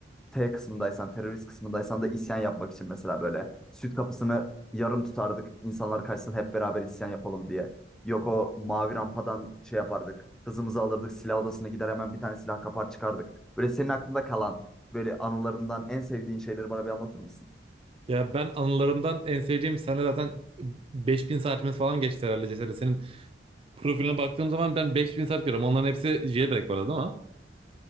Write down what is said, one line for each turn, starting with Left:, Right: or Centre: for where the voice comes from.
Centre: T kısmındaysan, terörist kısmındaysan da isyan yapmak için mesela böyle süt kapısını yarım tutardık. insanlar kaçsın hep beraber isyan yapalım diye. Yok o mavi rampadan şey yapardık. Hızımızı alırdık, silah odasına gider hemen bir tane silah kapar çıkardık. Böyle senin aklında kalan böyle anılarından en sevdiğin şeyleri bana bir anlatır mısın?
Right: Ya ben anılarımdan en sevdiğim sene zaten 5000 saatimiz falan geçti herhalde Ceset'e. Senin profiline baktığım zaman ben 5000 saat görüyorum. Onların hepsi jailbreak bu arada değil mi?